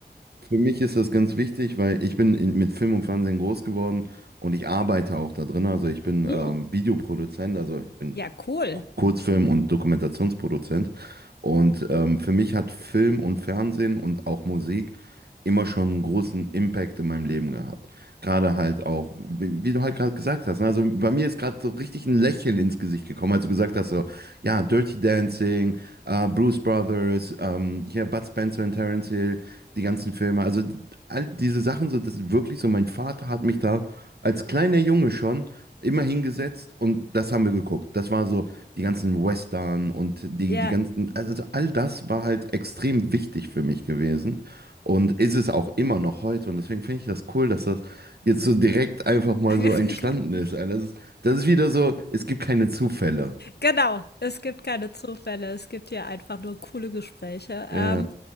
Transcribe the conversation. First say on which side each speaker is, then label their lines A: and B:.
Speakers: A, on the right; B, on the left.
A: Für mich ist das ganz wichtig, weil ich bin in, mit Film und Fernsehen groß geworden und ich arbeite auch da drin. Also ich bin
B: Hm?
A: ähm, Videoproduzent, also ich bin
B: Ja, cool.
A: Kurzfilm- und Dokumentationsproduzent. Und ähm, für mich hat Film und Fernsehen und auch Musik immer schon einen großen Impact in meinem Leben gehabt. Gerade halt auch, wie, wie du halt gerade gesagt hast. ne? Also bei mir ist gerade so richtig ein Lächeln ins Gesicht gekommen, als du gesagt hast, so, ja, Dirty Dancing, äh, Blues Brothers, ähm, hier Bud Spencer und Terence Hill, die ganzen Filme. Also all diese Sachen, so, das ist wirklich so, mein Vater hat mich da als kleiner Junge schon immer hingesetzt und das haben wir geguckt. Das war so die ganzen Western und die,
B: Ja,
A: die ganzen, also all das war halt extrem wichtig für mich gewesen und ist es auch immer noch heute. Und deswegen finde ich das cool, dass das jetzt so direkt einfach mal
B: <laughs>
A: so entstanden ist. also Das ist, das ist wieder so, es gibt keine Zufälle.
B: genau. Es gibt keine Zufälle. Es gibt hier einfach nur coole Gespräche.
A: Ja.
B: Ähm,